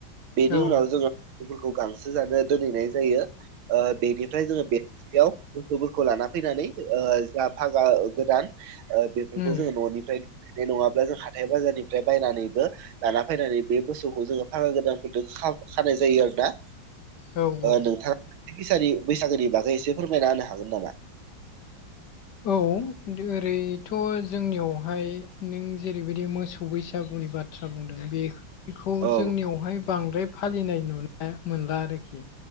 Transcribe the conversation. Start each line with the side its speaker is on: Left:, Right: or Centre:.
Right: बेनि
Left: औ उम
Right: उनाव जोङो बेफोरखौ गांसो जानो दोनहैनाय जायो बेनिफ्राय जोङो बे याव मोसौफोरखौ लाना फैनानै जा फागा गोदान बेफोरखौ
Left: उम
Right: जोङो न'निफ्रायनाय नङाब्ला जों हाथाय बाजारनिफ्राय बायनानैबो लाना फैनानै बे मोसौखौ जोङो फागा गोदानफोरजों खानाय जायो आरो ना।
Left: औ
Right: नोंथाङ
Left: औ
Right: बैसागोनि बागै एसे फोरमायना होनो हागोन नामा?
Left: औ ओरैथ' जोंनियावहाय नों जेरैबायदि मोसौ बैसागु बिबाद बाथ्रा बुंदों बेखौ
Right: औ
Left: जोंनियावहाय बांद्राय फालिनाय नुनाय मोनला आरोखि।